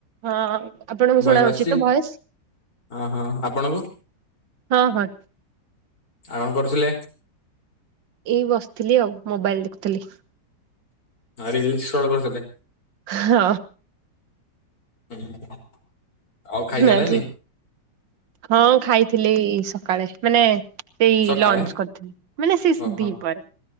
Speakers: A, on the right; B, on the left.
A: ହଁ ଆପଣଙ୍କୁ ଶୁଣା
B: ଭଏସ୍‌
A: ହଉଛି
B: ଆସୁଛି
A: ତ ଭଏସ
B: ଅଁ ହଁ ଆପଣଙ୍କୁ?
A: ହଁ ହଁ
B: ଆଉ କଣ କରୁଥିଲେ?
A: ଏଇ ବସିଥିଲି ଆଉ ମୋବାଇଲ୍ ଦେଖୁଥିଲି।
B: ଆଉ ରିଲ୍ଲସ କଣ କରୁଥିଲେ?
A: ହଁ।
B: <inaudible> ଆଉ ଖାଇସାରିଲେଣି
A: ନା କି ହଁ ଖାଇଥିଲେ ଏଇ ସ କାଳେ ମାନେ ସେଇ
B: ସକାଳେ
A: ଲଞ୍ଚ କରିଥିଲି ମାନେ ସେଇ
B: ଓହୋ
A: ଦିଇ ପ୍ରହରେ